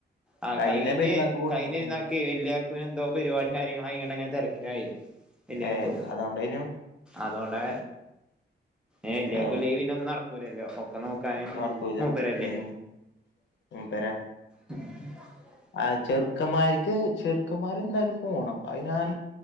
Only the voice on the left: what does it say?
കഴിഞ്ഞ
പെരുന്നാക്ക് പോയി
ഉം
ഏ അതോണ്ടേനു
ഏ
ഒന്നും
നടക്കൂല
ഉം മൂപ്പരാ
ആഹ് ചെർക്കമ്മാര്ക്ക് ചെർക്കമ്മാരെന്തായാലും പോണം അത് ഞാൻ